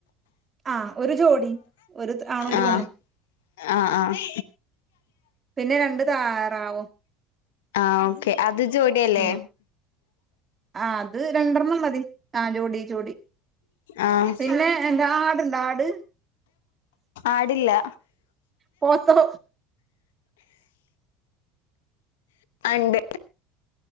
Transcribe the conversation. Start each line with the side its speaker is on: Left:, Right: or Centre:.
Right: ആ ഒര് ജോഡി ഒര് ആണും ഒര്
Left: ആഹ്
Right: പെണ്ണും
Left: ആഹ് ആഹ്
Right: പിന്നെ രണ്ട് താറാവും
Left: ആ ഓക്കെ അത് ജോഡിയല്ലേ
Right: ഉം ആ അത് രണ്ടറണ്ണം മതി ആ ജോഡി ജോഡി
Left: ആഹ്
Right: പിന്നെ എന്താ ആടിണ്ട ആട്
Left: ആടില്ല
Right: പോത്തോ
Left: ആ ഇണ്ട്